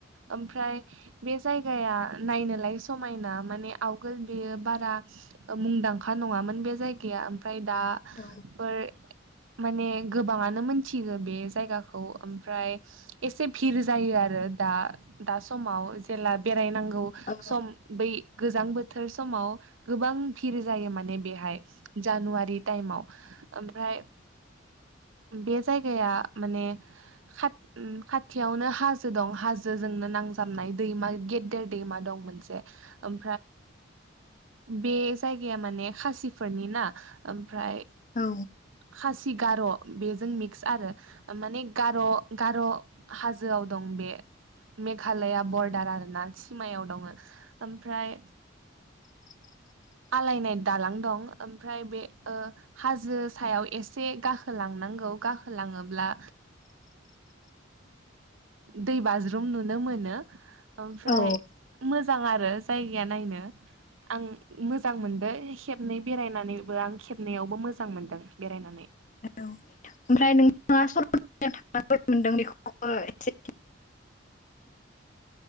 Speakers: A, on the right; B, on the left.
A: ओमफ्राय बे जायगाया नायनोलाय समायना माने आवगोल बेयो बारा मुंदांखा नङामोन बे जायगाया ओमफ्राय दाफोर
B: औ
A: माने गोबाङानो मोनथियो बे जायगाखौ ओमफ्राय एसे भिर जायो आरो दा दा समाव जेला बेरायनांगौ
B: औ
A: सम बै गोजां बोथोर समाव गोबां फिर जायो माने बेहाय जानुवारि टाइमाव ओमफ्राय
B: <inaudible>
A: बे जायगाया माने खा खाथियावनो हाजो दं हाजो जोंनो नांगौ नाय गेदेर दैमा दं मोन म बे जायगाया माने खासिफोरनि ना ओमफ्राय
B: औ
A: खासि गार' बेजों मिक्स आरो माने गार' गार' हाजोआव दं बे मेघालया बरदार आरो ना सिमायाव दङ ओमफ्राय
B: <inaudible>
A: आलायनाय दालां दं ओमफ्राय बे हाजो सायाव एसे गाखोलांनां गाखोलाङोब्ला
B: <inaudible>
A: दै बाज्रुम नुनो मोनो ओमफ्राय
B: औ
A: मोजां आरो आरो जायगाया नायनो आं मोजां मोनदों खेबनै बेरायनानैबो आं खेबनैयावबो मोजां मोनदों बेरायनानै
B: औ ओमफ्राय नोंथाङा सर थां मोनदों बेखौ एसे